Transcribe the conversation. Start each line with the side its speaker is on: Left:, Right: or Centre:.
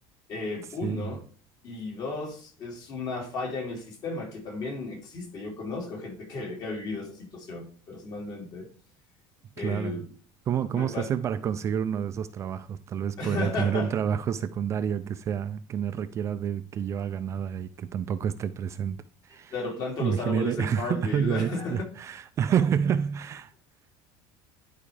Left: eh,
Right: Sí.
Left: uno, y dos, es una falla en el sistema que también existe. Yo conozco gente que, que ha vivido esa situación personalmente. Eh,
Right: Claro. ¿Cómo, cómo
Left: me par-
Right: se hace para conseguir uno de esos trabajos? Tal vez podría
Left: <laughs>
Right: tener un trabajo secundario que sea, que no requiera de que yo haga nada y que tampoco esté presente
Left: Claro, planto
Right: y
Left: los
Right: me genere
Left: árboles en
Right: <laughs>
Left: Farmville.
Right: algo extra.
Left: <laughs>
Right: <laughs>